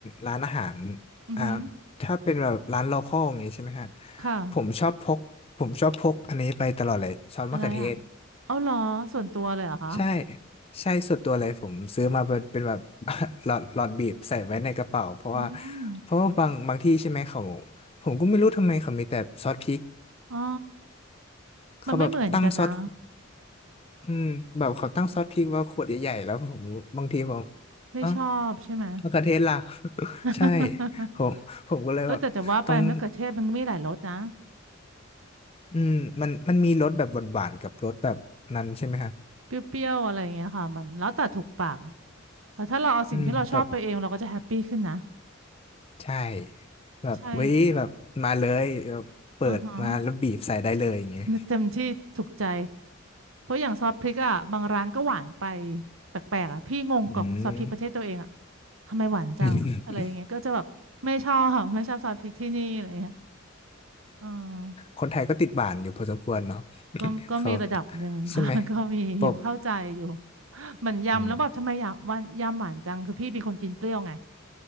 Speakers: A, on the left; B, on the right.
A: ร้านอาหาร
B: อือหือ
A: อ่าถ้าเป็นแบบร้านโลคอลอย่างเงี้ยใช่ไหมฮะ
B: ค่ะ
A: ผมชอบพกผมชอบพกอันนี้ไปตลอดเลยซอสมะเขือเทศ
B: อะไรอ่ะเอาเหรอส่วนตัวเลยเหรอคะ
A: ใช่ใช่ส่วนตัวเลยผมซื้อมาเป็นเป็นแบบ <laughs> หลอดหลอดบีบใส่ไว้ในกระเป๋าเพราะว่า
B: อืม
A: เพราะว่าบางบางที่ใช่ไหมเขาผมก็ไม่รู้ทำไมเขามีแต่ซอสพริก
B: อ๋อ
A: เขาแบบตั้งซอส
B: มันไม่เหมือนกันนะ
A: อืมแบบเขาตั้งซอสพริกว่าขวดใหญ่ๆแล้วผมบางทีผม
B: ไม่ชอบใช่ไหม
A: เอ้ามะเขือเทศล่ะ <laughs>
B: <laughs>
A: ใช่ผมผมก็เลยแบบต้อง
B: ใช่เออแต่จะว่าไปมะเขือเทศมันก็มีหลายรสนะ
A: อืมมันมันมีรสแบบหวานๆกับรสแบบนั้นใช่ไหมครับ
B: เปรี้ยวๆอะไรอย่างเงี้ยค่ะมันแล้วแต่ถูกปากอะแต่ถ้าเราเอาสิ่งที่เราชอบไปเองเราก็จะแฮปปี้ขึ้นนะ
A: อืมแต่ใช่แบบเว้ยแบบมาเลยแบบเปิดมาแล้วบีบใส่ได้เลยอย่างเงี้ย
B: ใช่อือฮะเนี่ยเต็มที่ถูกใจ เพราะอย่างซอสพริกอ่ะบางร้านก็หวานไปแปลกๆอ่ะพี่งงกับซอสพริกประเทศตัวเองอ่ะ
A: <laughs> อืม <laughs>
B: ทำไมหวานจังอะไรอย่างเงี้ยก็จะแบบไม่ชอบ
A: อืม
B: <laughs> ไม่ชอบซอสพริกที่นี่อะไรอย่างเงี้ยเอืม
A: คนไทยก็ติดหวานอยู่พอสมควรเนาะ <laughs>
B: ก็ก็มีระดับหนึ่ง
A: เขา
B: <laughs>
A: ใช่ไหม
B: ค่ะ <laughs> ก็มีอยู่เข้าใจอยู่
A: ปก
B: เหมือนยำแล้วแบบทำไมยำวันยำหวานจังคือพี่เป็นคนกินเปรี้ยวไง
A: อืม